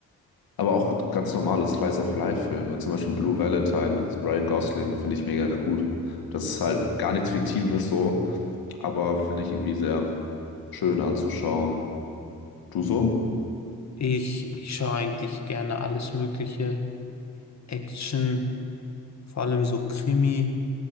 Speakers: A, on the left; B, on the left.
A: aber auch ganz normale Slice of Life-Filme, zum Beispiel Blue Valentine mit Ryan Gosling, finde ich mega gut. Das ist halt gar nichts Fiktives so, aber finde ich irgendwie sehr schön anzuschauen. Du so?
B: Ich, ich schaue eigentlich gerne alles Mögliche. Action, vor allem so Krimi